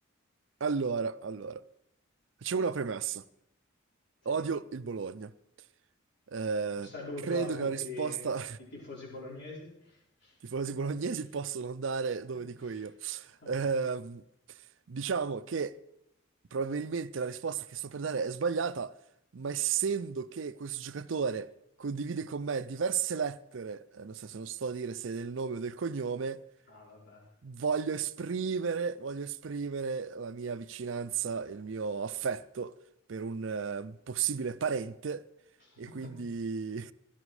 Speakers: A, on the right; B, on the left.
A: Allora, allora, facciamo una premessa.
B: Sì.
A: Odio il Bologna. Eh,
B: Un saluto
A: credo
B: a tutti
A: che la risposta <laughs>
B: i tifosi bolognesi.
A: tifosi
B: <laughs>
A: bolognesi possono andare dove dico io. Ehm, diciamo che probabilmente la risposta che sto per dare è sbagliata, ma essendo che questo giocatore condivide con me diverse lettere, eh, nel senso non sto a dire se è del nome o del cognome,
B: Ah, vabbè.
A: voglio esprimere, voglio esprimere la mia vicinanza e il mio affetto per un eh, possibile parente e
B: <laughs>
A: quindi, <laughs>